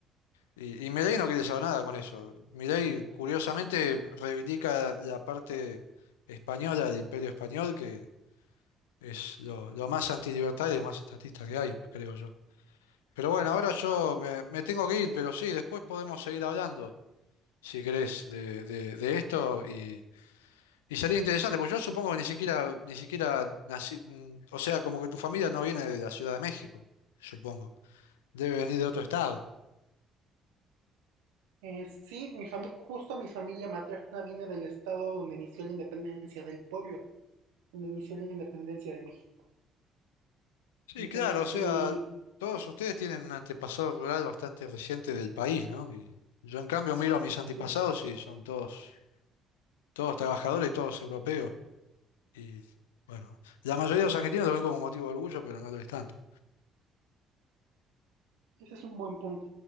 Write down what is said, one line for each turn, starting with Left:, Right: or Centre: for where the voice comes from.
Left: Y, y Milei no quiere saber nada con eso. Milei, curiosamente, reivindica la parte española del Imperio Español, que es lo, lo más antilibertario y lo más estatista que hay, creo yo. Pero bueno, ahora yo me, me tengo que ir, pero sí, después podemos seguir hablando, si querés, de, de- de esto. Y, y sería interesante, porque yo supongo que ni siquiera, ni siquiera nací, mm, o sea, como que tu familia no viene de la Ciudad de México, supongo. Debe venir de otro estado.
Right: Eh, sí, mi fami- justo mi familia materna viene del estado donde inició la independencia, del pueblo donde inició la independencia de México.
Left: Sí,
Right: Entonces
Left: claro, o sea,
Right: sí,
Left: todos ustedes tienen un antepasado rural bastante reciente del país, ¿no? Y yo en cambio miro a mis antepasados
Right: sí,
Left: y son todos, todos trabajadores, todos europeos. Y bueno, la mayoría de los argentinos lo ven como motivo de orgullo, pero no lo es tanto.
Right: ese es un buen punto.